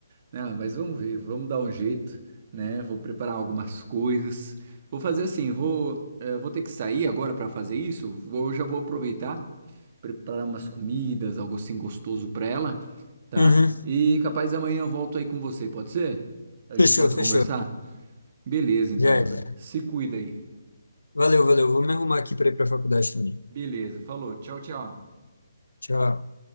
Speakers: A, on the right (about 40°); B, on the left (about 80°).
A: né? Ah, mas vamos ver, vamos dar um jeito, né? Vou preparar algumas coisas. Vou fazer assim, vou, eh, vou ter que sair agora para fazer isso. Vou, já vou aproveitar, preparar umas comidas, algo assim gostoso para ela, tá?
B: Uhum,
A: E capaz amanhã eu volto aí com você, pode ser? A
B: fechou,
A: gente volta
B: fechou.
A: a conversar? Beleza, então,
B: Já
A: mano.
B: era.
A: Se cuida aí.
B: Valeu, valeu. Vou me arrumar aqui para ir para a faculdade também.
A: Beleza, falou, tchau, tchau.
B: Tchau.